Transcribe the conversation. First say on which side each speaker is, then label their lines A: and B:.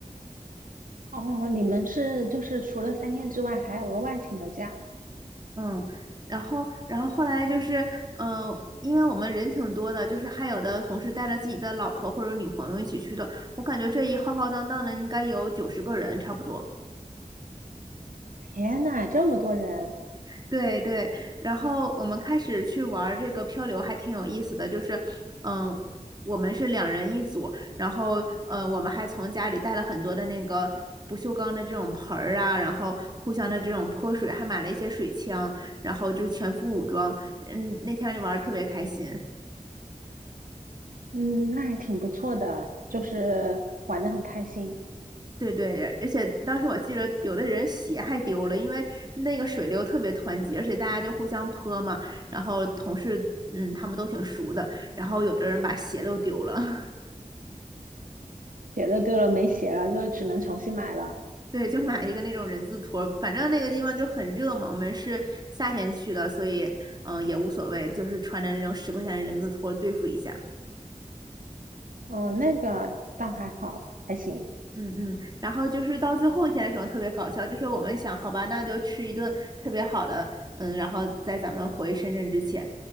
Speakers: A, on the right (about 75°); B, on the right (about 30°).
A: 哦，你们是就是除了三天之外还额外请了假？
B: 嗯，然后，然后后来就是，嗯、因为我们人挺多的，就是还有的同事带着自己的老婆或者女朋友一起去的，我感觉这一浩浩荡荡的应该有九十个人差不多。
A: 天呐，这么多人，
B: 对对，然后我们开始去玩儿这个漂流，还挺有意思的。就是，嗯，我们是两人一组，然后，呃，我们还从家里带了很多的那个不锈钢的这种盆儿啊，然后互相的这种泼水，还买了一些水枪，然后就是全副武装。嗯，那天就玩的特别开心。
A: 嗯，那还挺不错的，就是玩的很开心。
B: 对对，而且当时我记着有的人鞋还丢了，因为那个水流特别湍急，而且大家就互相泼嘛，然后同事嗯他们都挺熟的，然后有的人把鞋都丢了，<laughs>
A: 鞋的丢了没鞋了，就只能重新买了。
B: 对，就买一个那种人字拖，反正那个地方就很热嘛，我们是夏天去的，所以嗯、呃也无所谓，就是穿着那种十块钱的人字拖对付一下。
A: 哦，那个倒还好，还行。
B: 嗯嗯，然后就是到最后一天的时候特别搞笑，就是我们想，好吧，那就吃一顿特别好的，嗯，然后在咱们回深圳之前，